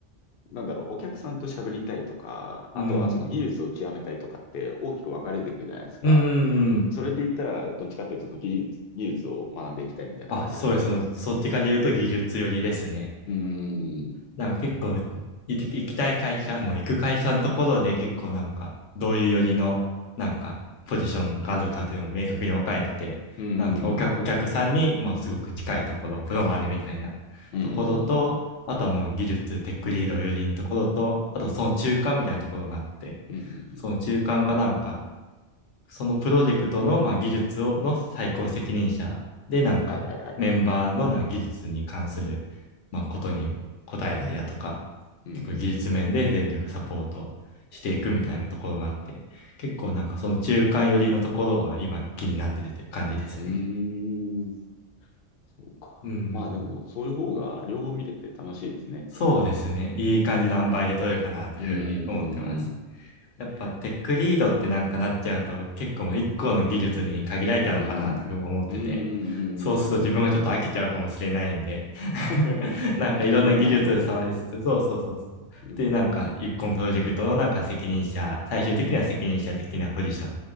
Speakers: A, on the left; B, on the left.
A: なんだろう、お客さんと喋りたいとか、
B: うん。
A: あとはその技術を極めたいとかって大きく分かれていくじゃないですか。
B: うん、うんうん。
A: それで言ったら、どっちかっていうと、その技術、技術を学んでいきたいみたいな感じなんですかね。
B: あ、そうです。そっちから言うと技術寄りですね。
A: うん。うーん。
B: なんか結構、い行きたい会社、もう行く会社のところで結構なんか、どういうよりの、なんか、ポジションがあるかっていうのも明確に分かれてて、
A: うーん。
B: なんかお客、お客さんにもうすごく近いところ、プロマネみたいなところと、
A: うーん。
B: あとはもう技術、テックリードよりのところと、あとその中間みたいなところがあって、
A: うーん。うーん。
B: その中間がなんか、そのプロジェクトの、まあ、技術を、の最高責任者で、なんか、
A: はいはいはいはい。
B: メンバーのな技術に関する、まあ、ことに答えたりだとか、
A: うん。
B: 結構技術面で全力サポートしていくみたいなところがあって、結構なんかその中間寄りのところが今気になってるって感じですね。
A: うん。うん。うーんそうか。
B: うん。
A: まあでも、そういう方が両方見れて楽しいですね。
B: そうですね。いい感じの塩梅で取れるかなというふうに思ってます。
A: うーん。
B: やっぱテックリードってなんかなっちゃうと結構もう一個の技術に限られちゃうのかなってふうに思ってて、
A: いやーうんうん。うんう
B: そうすると自分がちょっと飽きちゃうかもしれないんで
A: んうんう
B: <laughs>、
A: ん <laughs>。
B: なんかいろんな技術を触りつつ、
A: いろんなものを見つつ。
B: そうそうそうそう。
A: うん。
B: で、なんか一個のプロジェクトのなんか責任者、最終的には責任者的なポジション、